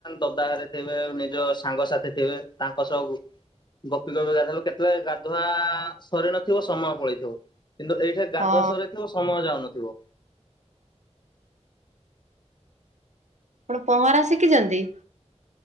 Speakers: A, on the left; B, on the right.
A: ଦଦାଘରେ ଥିବେ ନିଜ ସାଙ୍ଗସାଥି ଥିବେ। ତାଙ୍କ ସହବୁ। ଗପି ଗପି ଗାଧୋଇଲେ କେତେବେଳେ ଗାଧୁଆ ସରି ନଥିବ ସମୟ ପଳେଇଥିବ କିନ୍ତୁ ଏଇଠେ। ଗାଧୁଆ
B: ହଁ
A: ସରିଥିବ ସମୟ ଯାଉନଥିବ।
B: ଆପଣ ପହଁରା ଶିଖିଛନ୍ତି?